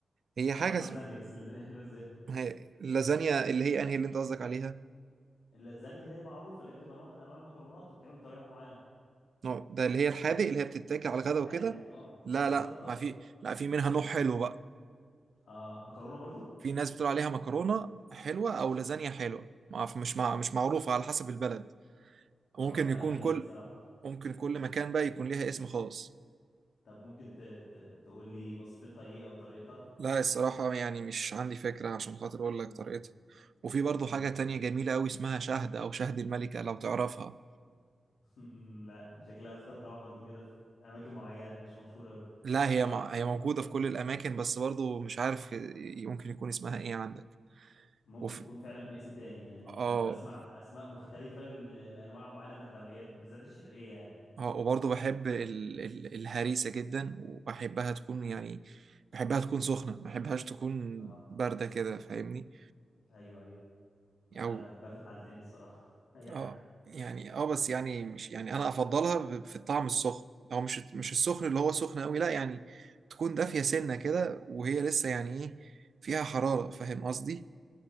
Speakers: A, on the right; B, on the left.
A: هي حاجه
B: انا عارف لازانيا
A: اسمها
B: بس اللازانيا حلوه ازاي
A: هي- اللازانيا اللي هي انهي اللي انت قصدك عليها
B: اللازانيا اللي هي المعروفه اللي هي بتبقى نوع من انواع المكرونات وبتعمل بطريقه معينه
A: نوع- ده اللي هي الحادق اللي هي بتتاكل على الغدا
B: الحادق
A: وكده
B: اه
A: لا
B: بالظبط
A: لا ما
B: اه
A: في لا في منها نوع حلو بقى
B: اه مكرونه برضو
A: في ناس بتقول عليها مكرونة حلوة أو لازانيا حلوة ما أعرف- مش مع مش معروفة على حسب البلد
B: اه
A: ممكن
B: لا
A: يكون
B: غريبه
A: كل
B: الصراحه
A: ممكن كل مكان بقى يكون ليها اسم خاص
B: طب ممكن ت... ت... تقول لي وصفتها ايه او طريقتها
A: لا الصراحة يعني مش عندي فكرة عشان خاطر أقول لك
B: مم.
A: طريقتها وفي برضو
B: مم.
A: حاجة تانية جميلة أوي اسمها شهد أو شهد الملكة لو تعرفها
B: <laughs> لا شكلها اختراع برضو كده في اماكن معينه مش مشهوره قوي
A: لا هي
B: صح
A: مع... هي موجودة في كل الأماكن بس برضو مش عارف ممكن يكون اسمها إيه عندك
B: ممكن
A: وفي
B: تكون فعلا باسم تاني يعني
A: آه
B: أبقى اسمع اسماء مختلفه ل- لانواع معينه من الحلويات وبالذات الشرقيه يعني
A: اه وبرضه بحب ال... ال... الهريسة جدا وبحبها تكون يعني بحبها تكون سخنة ما بحبهاش تكون
B: اه
A: باردة كده فاهمني
B: ايوه ايوه انا
A: او
B: بحبها في الحالتين الصراحه <laughs> اي حاجه
A: اه يعني اه بس يعني مش يعني انا افضلها ب- في الطعم السخن او مش مش السخن اللي هو سخن قوي لا يعني تكون دافية سنة كده وهي لسه يعني ايه فيها حرارة فاهم قصدي